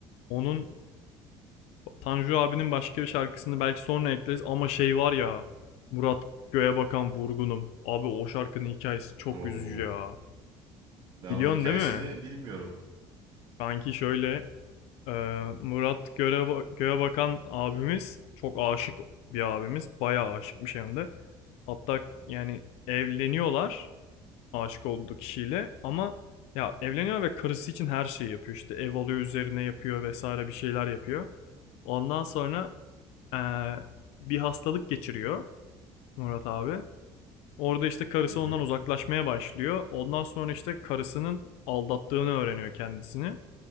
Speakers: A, on the left; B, on the right.
A: Onun Tanju abinin başka bir şarkısını belki sonra ekleriz ama şey var ya Murat Göğe Bakan Vurgunum. Abi o şarkının hikayesi çok
B: Oo.
A: üzücü ya.
B: Ben
A: Biliyorsun
B: onun hikayesini
A: değil mi?
B: bilmiyorum.
A: Kanki şöyle e, Murat Göğe, Göğe Bakan abimiz çok aşık bir abimiz. Bayağı aşıkmış hem de. Hatta yani evleniyorlar. aşık olduğu kişiyle ama ya evleniyor ve karısı için her şeyi yapıyor. İşte ev alıyor üzerine yapıyor vesaire bir şeyler yapıyor. Ondan sonra eee, bir hastalık geçiriyor Murat abi. Orada işte karısı
B: Hı hı.
A: ondan uzaklaşmaya başlıyor. Ondan sonra işte karısının aldattığını öğreniyor kendisini.